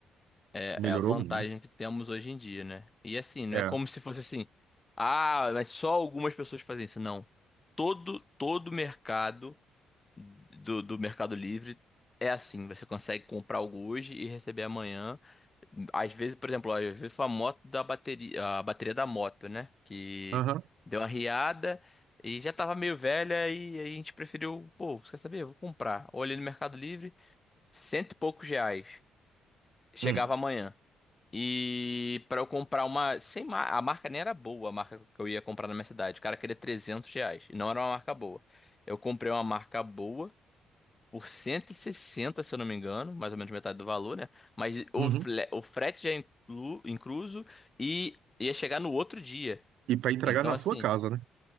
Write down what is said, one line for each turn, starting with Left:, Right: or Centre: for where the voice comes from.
Left: É,
Right: melhorou
Left: é a vantagem
Right: muito.
Left: que temos hoje em dia, né? E assim, não
Right: É,
Left: é como se fosse assim, ah, mas só algumas pessoas fazem isso. Não. Todo, todo mercado. do, do Mercado Livre é assim, você consegue comprar algo hoje e receber amanhã. Às vezes, por exemplo, às vezes foi a moto da bateria, a bateria da moto, né? Que
Right: aham,
Left: deu uma riada e já tava meio velha e aí a gente preferiu, pô, quer saber? Eu vou comprar. Olhei no Mercado Livre, cento e poucos reais. Chegava
Right: hum,
Left: amanhã. E para eu comprar uma, sem mar... a marca nem era boa, a marca que eu ia comprar na minha cidade. O cara queria 300 reais, e não era uma marca boa. Eu comprei uma marca boa por 160, se eu não me engano, mais ou menos metade do valor, né? Mas o,
Right: uhum.
Left: fle- o frete já é inclu, incluso e ia chegar no outro dia.
Right: E para entregar
Left: Então,
Right: na
Left: assim,
Right: sua casa, né?